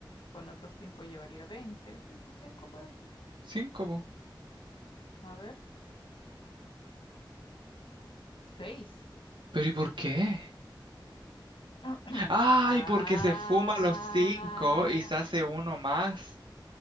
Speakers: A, on the left (about 85°); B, on the right (about 70°).
A: con otros cinco llevaría 20. Sí, pues 5 puede ser.
B: Cinco, po.
A: A ver, seis.
B: ¿Pero y por qué?
A: <clears throat>
B: Ay,
A: Ah,
B: porque se fuma los cinco y se hace uno más.